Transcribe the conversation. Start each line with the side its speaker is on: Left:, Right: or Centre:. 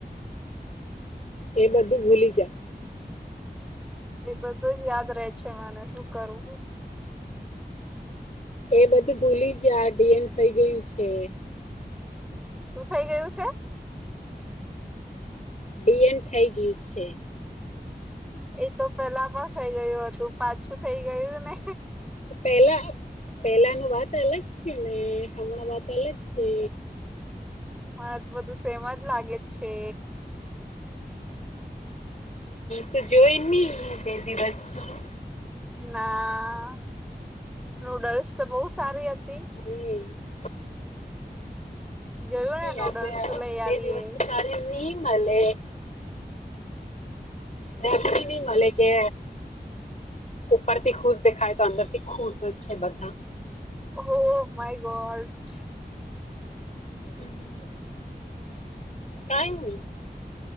Left: એ બધું ભૂલી જાય!
Centre: એ બધું જ યાદ રહે છે મને શું કરું.
Left: એ બધું ભૂલી જયા ડીએન થઈ ગયું છે.
Centre: શું થઇ ગયું છે.
Left: બિએન થઈ ગયું છે.
Centre: એ તો પેલા પણ થઇ ગયું હતું પાછું થઈ ગયું ને
Left: પેલા પેલા ન વાત અલગ છે ને હમણાં વાત અલગ છે.
Centre: મને તો બધું સેમ જ લાગે છે.
Left: તું જોઈ નહી બે દિવસ હમ
Centre: ના નૂડલ્સ તો બહુ સારી હતી
Left: હ <unintelligible>
Centre: જોયું ને નૂડલ્સ
Left: આપ
Centre: લઈ
Left: બે
Centre: આવીએ
Left: દિવસ સારી ની મળલે- જમી ની મળ કે ઉપરથી ખુશ દેખાય તો અંદરથી ખુશ જ છે. બધા
Centre: હો માય ગોડ-
Left: હમ કઈ ની